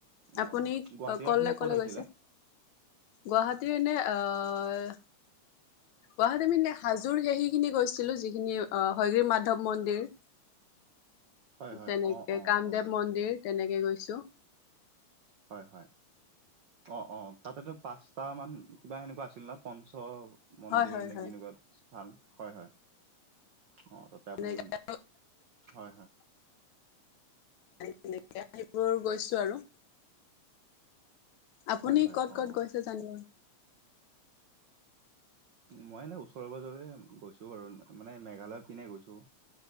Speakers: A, on the right (about 85°); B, on the left (about 70°).
A: অ
B: আপুনি
A: গুৱাহাটী
B: কলে
A: আপুনি ক'ত
B: কলে
A: আহিছিলে?
B: গৈছে গুৱাহাটীৰ এনে অ ই! গুৱাহাটীৰ পিনে হাজোৰ সেখিনি গৈছিলো যিখিনি অ হয়গ্ৰিৱ মাধৱ মন্দিৰ।
A: হয় হয়
B: তেনেকে
A: অ অ
B: কামদেৱ
A: গম পাইছো
B: মন্দিৰ তেনেকে গৈছোঁ।
A: হয় হয় অ অ তাতেতো পাঁচটামান কিবা সেনেকুৱা আছিল না পঞ্চ মন্দিৰ
B: হয় হয়
A: নেকি
B: হয়
A: এনেকুৱা স্থান হয় হয় অ ত! তে আপুনি
B: তেনেকে
A: হয় হয়।
B: তেনেকে সেইবোৰ গৈছো আৰু। আপুনি
A: হয় হয়
B: ক'ত
A: অ
B: ক'ত গৈছে জনাব।
A: মই এনে ওচৰে পাজৰে গৈছো বাৰু মানে মেঘালয় পিনে গৈছো।